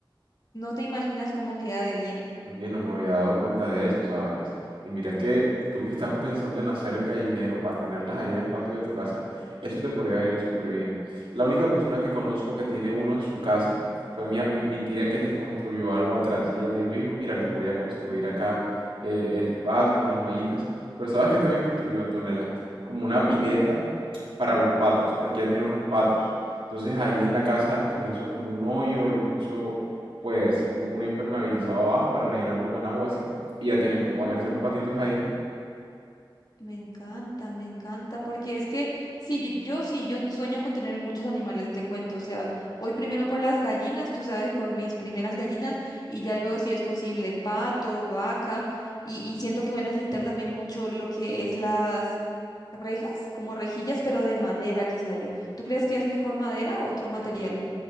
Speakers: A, on the left; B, on the right.
A: No te imaginas cómo queda de bien.
B: Oye, no me había dado cuenta de eso, ¿sabes? Y mira que tú que estás pensando en hacer el gallinero para tenerlas ahí en el patio de tu casa, eso te podría venir súper bien. La única persona que conozco que tiene uno en su casa fue mi, a- mi- mi tía que les construyó algo atrás. Y ella me dijo, hijo, mira, les voy a construir acá eh, el, espacio con las mallitas. Pero ¿sabes que también construyó Antonella? Como una
A: A ver.
B: pileta para los patos, porque ella tiene unos patos. Entonces ahí en la casa pues hizo como un hoyo, les puso pues un, un impermeabilizado abajo para rellenarlo con agua así, y ya tienen como
A: Uh.
B: bañarse los patitos ahí,
A: Me encanta, me encanta, porque es que sí, yo, yo sí, yo sueño con tener muchos animales, te cuento, o sea, voy primero por las gallinas, tú sabes, por mis primeras gallinas, y ya luego si es posible, pato, vaca, y, y siento que voy a necesitar también mucho lo que es las rejas, como rejillas, pero de madera, quisiera yo. ¿Tú crees que es mejor madera o otro material?